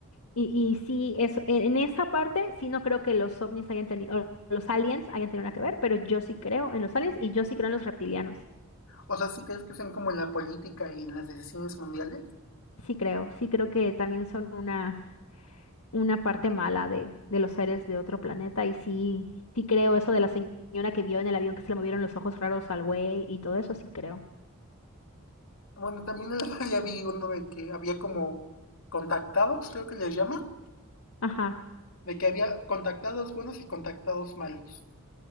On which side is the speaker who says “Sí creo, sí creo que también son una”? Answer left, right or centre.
Left